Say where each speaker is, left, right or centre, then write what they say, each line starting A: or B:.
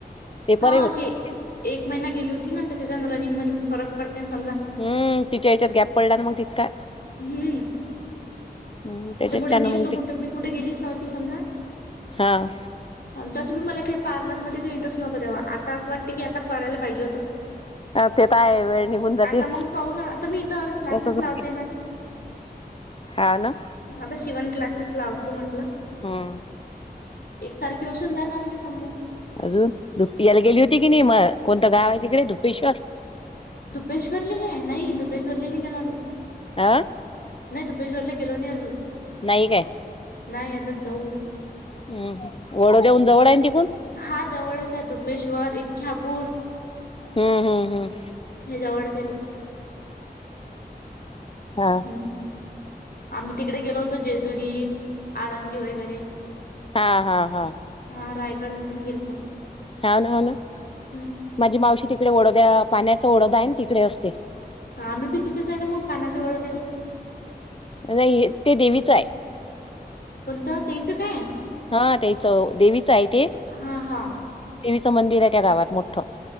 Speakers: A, on the left; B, on the left.
A: पेपरही
B: हा
A: होते
B: ते एक महिना गेली होती ना तर त्याच्यान रनिंग मध्ये फरक पडते समज
A: हम्म तिच्या याच्यात गॅप पडला ना मग तितका.
B: हम्म
A: हम्म त्याच्यात
B: त्याच्यामुळे
A: छान
B: मी
A: मग
B: तो
A: ते
B: कुठ मी कुठे गेलीच नव्हती समजा.
A: हा
B: तसबी मला काही पार्लरमध्ये काही इंटरेस्ट नव्हता तेव्हा आस वाटतय की आता करायला पाहिजे होत.
A: ते तर आहे वेळ निघून जाते
B: आता मग पाहू ना त मी इथ क्लासेस
A: तसच
B: लावते
A: होते
B: ना.
A: हा ना
B: आता शिवन क्लासेस लावते म्हटल.
A: हम्म
B: तारखे पासून जाणार मी समजा.
A: अजून लूप्टी याला गेली होती की नाही म कोणत गाव आहे तिकडे धुपेश्वर.
B: दुपेश्वर ले घे नाही धुपेश्वरले नाही गेलो आम्ही.
A: अ
B: नाही दुपेश्वरले गेलो नाही अजून.
A: नाही काय.
B: नाही आता जाऊ,
A: हम्म वडो देऊन जवळ आहे तिकून-
B: हा जवळच आहे धुपेश्वर इच्छापूर
A: हम्म हम्म हम्म
B: हे जवडचय ते.
A: हा
B: अ आम्ही तिकडे गेलो होतो जेजुरी आळंदी वगैरे
A: हा हा हा
B: हा रायगडल पण गेलतो.
A: हाव ना हाव ना
B: हम्म.
A: माझी मावशी तिकडे ओढोद्या पाण्याचा ओडोदा आहे ना तिकडे असते.
B: आम्ही बी तिथच आहे मग पानाचे ओढोद्याले
A: नाही ते देवीच आहे.
B: कोणता ते इथ काय.
A: हा त्याच देवीच आहे ते
B: हा हा
A: देवीच मंदिर आहे त्या गावात मोठ